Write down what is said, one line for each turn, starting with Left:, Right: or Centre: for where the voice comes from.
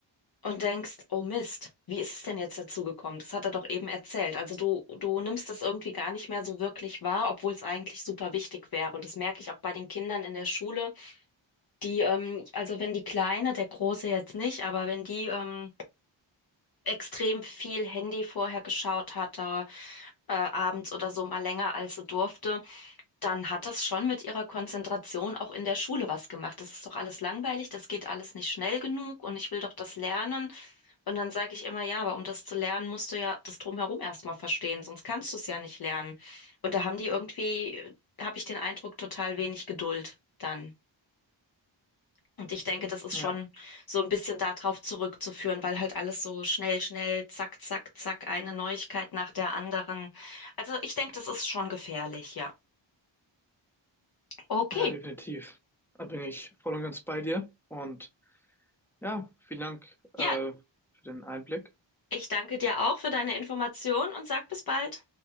Left: und denkst, oh Mist, wie ist es denn jetzt dazu gekommen? Das hat er doch eben erzählt. Also du, du nimmst das irgendwie gar nicht mehr so wirklich wahr, obwohl es eigentlich super wichtig wäre. Und das merke ich auch bei den Kindern in der Schule, die, ähm, also wenn die Kleine, der Große jetzt nicht, aber wenn die, ähm, extrem viel Handy vorher geschaut hatte, äh, abends oder so mal länger als sie durfte, dann hat das schon mit ihrer Konzentration auch in der Schule was gemacht. Das ist doch alles langweilig, das geht alles nicht schnell genug und ich will doch das lernen. Und dann sage ich immer, ja, aber um das zu lernen, musst du ja das Drumherum erstmal verstehen, sonst kannst du es ja nicht lernen. Und da haben die irgendwie, habe ich den Eindruck, total wenig Geduld dann. Und ich denke, das ist
Centre: ja,
Left: schon so ein bisschen darauf zurückzuführen, weil halt alles so schnell, schnell, zack, zack, zack, eine Neuigkeit nach der anderen. Also ich denke, das ist schon gefährlich, ja. Okay,
Centre: ja, definitiv. Da bin ich voll und ganz bei dir. Und ja, vielen Dank äh,
Left: ja,
Centre: für den Einblick.
Left: ich danke dir auch für deine Information und sag bis bald.